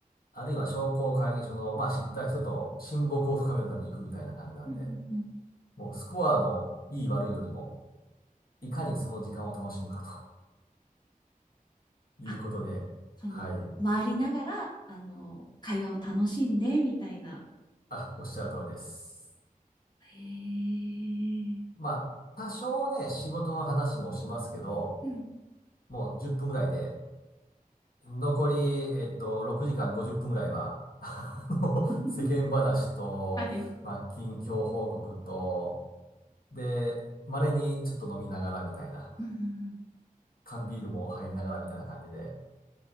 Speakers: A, on the left; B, on the left.
A: あるいは商工会議所の、まあ知った人と親睦を深めるために行くみたいな感じなんで、
B: うんうん。
A: もうスコアのいい悪いよりも、いかにその時間を楽しむかということで、
B: あ、その、
A: はい。
B: 回りながら、あの、会話を楽しんで、みたいな。
A: あ、おっしゃる通りです。
B: へえ。
A: まあ、多少ね、仕事の話もしますけど、
B: うん。
A: もう10分ぐらいで、残り、えっと、6時間50分ぐらいは、<laughs> あの世間話と、
B: <laughs> はい。
A: まあ、近況報告と、で、稀にちょっと飲みながらみたいな、
B: うんうんうん
A: 缶ビールも入りながらみたいな感じで、